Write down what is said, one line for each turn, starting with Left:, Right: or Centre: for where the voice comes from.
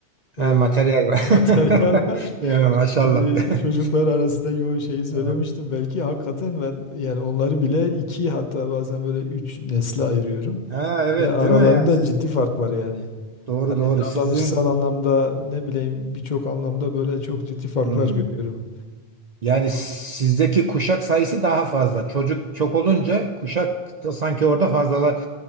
Left: E,
Right: Ha, materyal var.
Left: materyal
Right: <laughs>
Left: var.
Right: Ya, maşallah.
Left: <laughs> Şimdi
Right: <laughs>
Left: çocuklar arasındaki o şeyi söylemiştim.
Right: Tamam.
Left: Belki hakikaten ben yani onları bile iki hatta bazen böyle üç nesle ayırıyorum.
Right: Ha, evet
Left: Ve aralarında
Right: değil mi? Yani siz
Left: ciddi fark var yani.
Right: doğru
Left: Hani
Right: doğru.
Left: davranışsal
Right: Sizin
Left: anlamda ne bileyim birçok anlamda böyle çok ciddi farklar
Right: hmm,
Left: görüyorum.
Right: yani sizdeki kuşak sayısı daha fazla. Çocuk çok olunca kuşak da sanki orada fazla